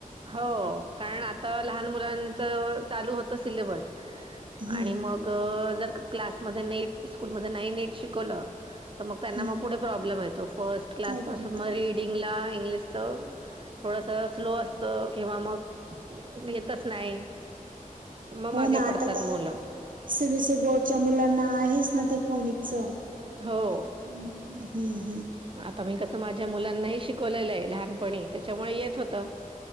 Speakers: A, on the right; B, on the right.
A: हो कारण आता लहान मुलां चालू होत सिलेबस
B: हं,
A: आणि मग जर क्लासमध्ये नेट स्कूल म नाही नेट शिकवलं तर मग त्यांना
B: हं.
A: मग पुढे प्रॉब्लेम येत. फर्स्ट क्लास
B: चालेल
A: पासून
B: ना.
A: मग रीडिंग ला इंग्लिश थोडस स्लो असत किंवा मग येतच नाही, मग
B: हो
A: मागे
B: ना,
A: पडतात
B: आता तर
A: मुलं
B: सीबीसी बोर्डच्या मुलांना आहेच ना ते फोनिकच. हम्म!
A: हो आता मी कसं माझ्या मुलांनाही शिकवलेलं आहे, लहान त्याच्यामुळे येत हो